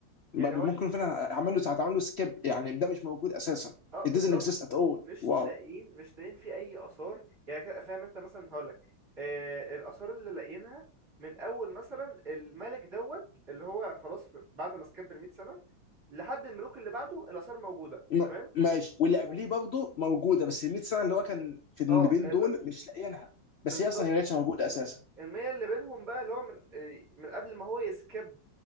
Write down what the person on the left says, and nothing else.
بل
ممكن فعلا عمل له ساعه عمل له سكيب يعني ده مش موجود اساسا
it doesn't exist at all
واو
م-
ماشي واللي قبليه
برضه موجوده بس ال 100 سنه اللي هو كان في اللي
بين
دول مش لاقيينها بس
هي اصلا هي ما كانتش موجوده اساسا